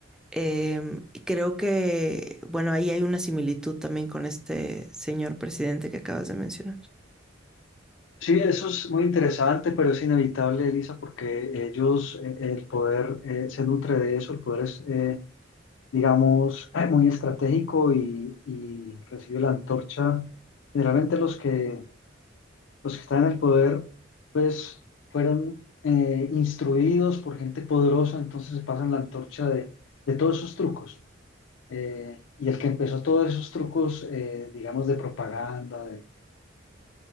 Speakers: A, in the centre; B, on the left.
A: Eh, y creo que, bueno, ahí hay una similitud también con este señor presidente que acabas de mencionar.
B: Sí, eso es muy interesante, pero es inevitable, Elisa, porque ellos, eh, el poder eh, se nutre de eso, el poder es, eh, digamos, eh, muy estratégico y, y recibe la antorcha. Generalmente los que Los que están en el poder, pues, fueron eh, instruidos por gente poderosa, entonces se pasan la antorcha de, de todos esos trucos. Eh, y el que empezó todos esos trucos, eh, digamos, de propaganda, de,